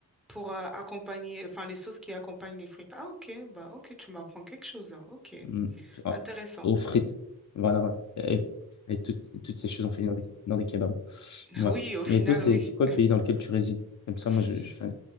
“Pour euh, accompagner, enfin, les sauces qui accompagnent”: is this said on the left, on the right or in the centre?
Centre